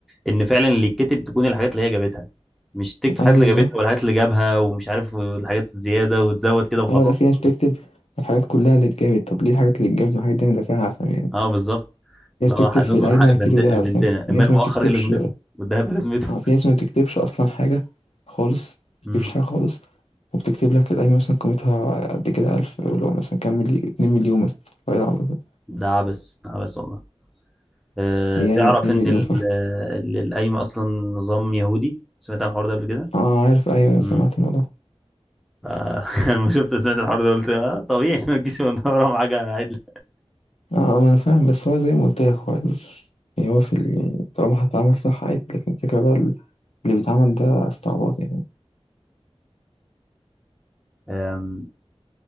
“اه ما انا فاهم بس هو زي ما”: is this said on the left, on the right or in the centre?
Left